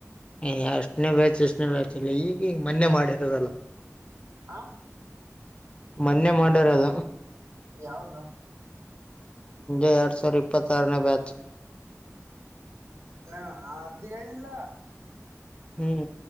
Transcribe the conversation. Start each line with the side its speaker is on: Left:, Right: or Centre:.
Left: ಹ ಎಷ್ಟನೇ ಬ್ಯಾಚ್ ಎಷ್ಟನೇ ಬ್ಯಾಚ್ ಇಲ್ಲ ಈಗ ಈಗ ಮೊನ್ನೆ ಮಾಡಿರೋದಲ್ಲ
Right: ಆ
Left: ಮೊನ್ನೆ ಮಾಡ್ಯಾರ ಅದು
Right: ಯಾವುದು
Left: ೆ ಎರಡ್ ಸಾವಿರ ಇಪ್ಪತ್ತ ಆರ ನ ಬ್ಯಾಚ್
Right: ಹಾ ಆದ ಕೇಳಲಿಲ್ಲ
Left: ಹ್ಮ್